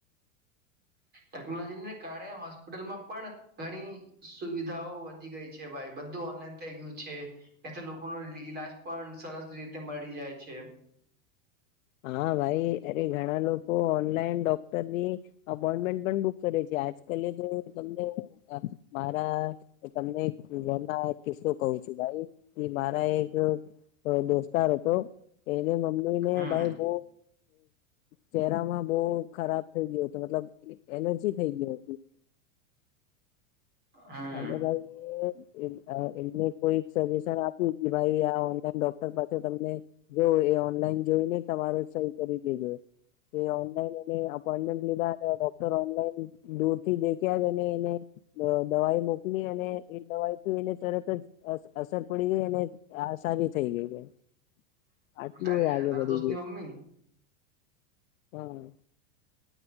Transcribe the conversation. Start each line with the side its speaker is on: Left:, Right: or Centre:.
Right: ટેકનોલોજીને કારણે હોસ્પિટલમાં પણ ઘણી સુવિધાઓ વધી ગઈ છે ભાઈ બંધ ધું ઓનલાઈન થઈ ગયું છે એથી લોકો ન ઈલાજ પણ સરસ રીતે મળી જાય છે
Left: હા ભાઈ અરે ઘણા લોકો ઓનલાઈન ડોક્ટરની અપોઈન્ટમેન્ટ પણ બુક કરે છે આજ કલે તો તમને મારા તમને ઘણાં એક કિસ્સો કહું છું ભાઈ મારા એક તો દોસ્તાર અતો એ એલે મમ્મી ને
Right: હમ
Left: ભાઈ બ ચહેરામાં બહુ ખરાબ થઈ ગયું તો મતલબ એનર્જી થઈ ગયો
Right: હમ
Left: ભાઈ એમને કોઈ સજેશન આપ્યું ભાઈ ઓનલાઈન ડો કડર પાછો તમને જો એ ઓનલાઈન જોઈને તમારો સ કરી થય ગયો ઓનલાઈન એ અપોમેન્ટ લીધા ડોક્ટર ઓનલાઈન દૂર થી દેખ્યા જ અને એને દવાઈ મોકલી અને એ દવાઈ એને તરત જ અસર પડી ગઈ અને આ આસાની થઈ ગઈ છે આટલું
Right: તારી
Left: આગે
Right: તારા
Left: વધી
Right: દોસ્ત
Left: ગયું
Right: ની
Left: છેું
Right: મમ્મી
Left: હા